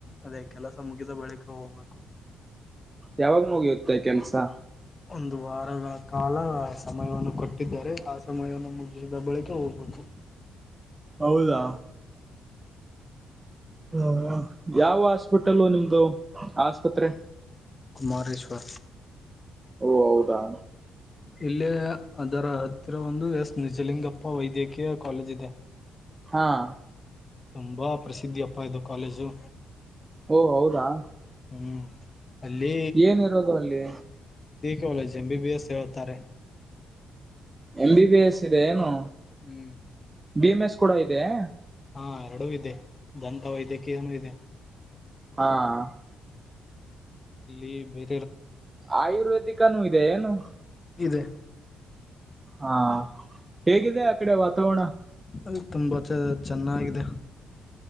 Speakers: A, on the left; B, on the right.
A: ಅದೇ ಕೆಲಸ ಮುಗಿದ ಬಳಿಕ ಹೋಗ್ಬೇಕು.
B: ಯಾವಾಗ ಮುಗಿಯುತ್ತೆ ಕೆಲ್ಸಾ?.
A: ಒಂದು ವಾರಗಳ ಕಾಲ ಸಮಯವನ್ನು ಕೊಟ್ಟಿದ್ದಾರೆ ಆ ಸಮಯವನ್ನು ಮುಗಿದ ಬಳಿಕ ಹೋಗಬೇಕು. <inaudible>
B: ಹೌದಾ, ಹ್ ಯಾವ ಹಾಸ್ಪಿಟಲ್ ನಿಮ್ದು ಆಸ್ಪತ್ರೆ?
A: ಮಾರೆಶ್ವ.
B: ಓ ಹೌದಾ!.
A: ಇಲ್ಲೆ ಅದರ ಹತ್ತಿರ ಒಂದು ಎಸ್ ನಿಜಲಿಂಗಪ್ಪ ವೈದ್ಯಕೀಯ ಕಾಲೇಜ್ ಇದೆ.
B: ಹಾಂ.
A: ತುಂಬ ಪ್ರಸಿದ್ದಿಯಪ್ಪ ಇದು ಕಾಲೇಜು..
B: ಓ ಹೌದಾ!.
A: ಹ್ಮ್ ಅಲ್ಲಿ.
B: ಏನಿರೋದು ಅಲ್ಲಿ
A: ಕಾಲೇಜ ಎಮ್ ಬಿಬಿಎಸ್ ಹೇಳ್ತಾರೆ.
B: ಎಮ್ ಬಿಬಿಎಸ್ ಇದೆ ಏನು.
A: ಹ್ಮ್
B: ಎಮ್ಎಸ್ ಕೂಡ ಇದೆಯೆ.
A: ಹಾಂ ಎರಡೂ ಇದೆ ದಂತ ವೈದ್ಯಕೀಯನು ಇದೆ.
B: ಹಾಂ.
A: ಇಲ್ಲಿ ಬೆ.
B: ಆಯ್ರುವೇದಿಕ್ನು ಇದೆ ಏನು.
A: ಇದೆ.
B: ಹಾಂ ಹೇಗಿದೆ ಆ ಕಡೆ ವಾತಾವರಣ.
A: ಅದು ತುಂಬಾ ಚ ಚೆನ್ನಾಗಿದೆ..